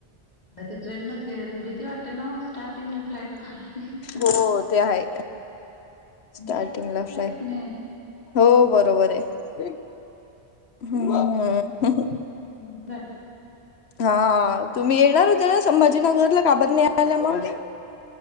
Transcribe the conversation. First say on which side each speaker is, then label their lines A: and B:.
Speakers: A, on the left; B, on the left.
A: द ते ट्रेनच गेले भीती वाटते ना स्टार्टिंगला फ्लाईट बन
B: हो ते आहे. स्टार्टिंगला
A: मी जाते फ्लाइटनेे.
B: फ्लाईट हो बरोबर आहे हम्म ह ह.
A: हम्.
B: हा तुम्ही येणार होता ना संभाजीनगरला का बर नाही आला मग.